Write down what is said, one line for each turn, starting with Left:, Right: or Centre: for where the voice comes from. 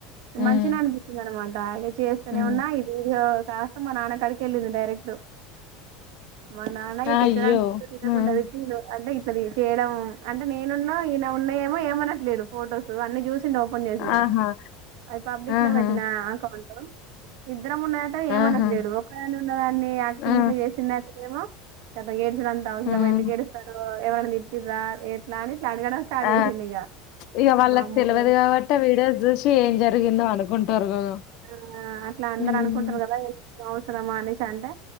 Left: ఉమ్
Right: మంచినే అనిపించింది అనమాట ఇక చేస్తూనే
Left: ఉమ్
Right: ఉన్నా ఈ వీడియో చేస్తే మా నాన్నక్కడికి వెళ్ళింది డైరెక్ట్ మా నాన్న ఇగ
Left: అయ్యో
Right: తిట్టరాని తిట్టు తిట్టకుండా
Left: ఉమ్,
Right: తిట్టిండు చేయడం అంటే నేనున్నా ఈయన ఉన్నాయ ఏమో ఏమనట్లేడు ఫోటోస్ అన్ని చూసి ఓపెన్ చేసి
Left: ఆహా
Right: అది పబ్లిక్
Left: ఆహా
Right: లో పెట్టిన అకౌంట్ ఇది ఇద్దరం ఉన్న
Left: ఆహా!
Right: ఏమనట్లేదు ఒక ఉన్న దాన్ని యాక్టింగ్
Left: ఆ!
Right: ఇట్లా ఏమో పెద్దగే అంత అవసరమా
Left: హ్మ్.
Right: ఎందుకు ఏడుస్తున్నావ్ ఎవరైనా తిట్టిర్రా ఎట్లా అని ఇట్లా అడగడం స్టార్ట్
Left: ఆ
Right: చేసిండు ఇగ
Left: ఇక వాళ్ళకు
Right: వామ్మో
Left: తెలియదు
Right: ఇదంతా
Left: కాబట్టి వీడియో చూసి ఏం జరిగిందో అనుకుంటారు గదా!
Right: ఆ అట్లా అందరు
Left: హ్మ్.
Right: అనుకుంటారు కదా అవసరమా అనూష అంటే